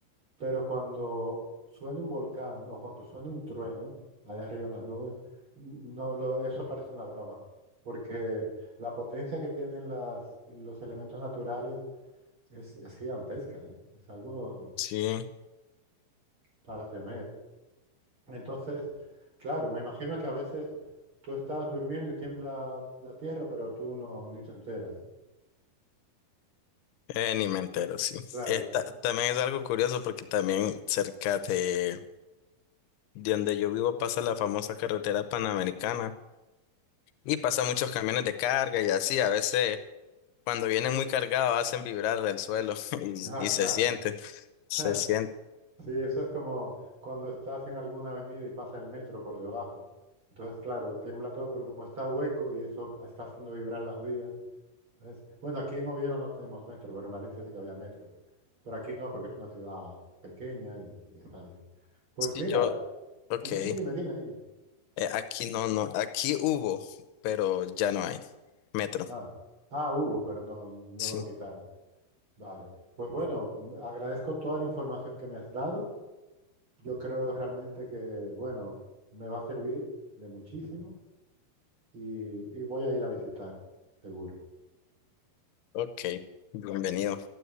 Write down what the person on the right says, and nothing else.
Pero cuando suena un volcán o cuando suena un trueno allá arriba en las nubes, n- no lo, eso parece una broma, porque la potencia que tienen las, los elementos naturales es, es gigantesca, ¿eh? Es algo
para temer. Entonces, claro, me imagino que a veces tú estás durmiendo y tiembla la tierra, pero tú no ni te enteras.
Claro,
ah,
claro.
<laughs>
Sí, eso es como cuando estás en alguna avenida y pasa el metro por debajo. Entonces, claro, tiembla todo porque como está hueco y eso está haciendo vibrar las vías. Entonces, bueno, aquí en Oviedo no tenemos metro, pero en Valencia sí que había metro. Pero aquí no, porque es una ciudad pequeña y, y está bien. Pues
mira,
sí,
sí, dime, dime, dime.
Nada. Ah, hubo, pero no, luego
lo quitaron. Vale. Pues bueno, m- agradezco toda la información que me has dado. Yo creo realmente que, bueno, me va a servir de muchísimo. y, y voy a ir a visitar, seguro.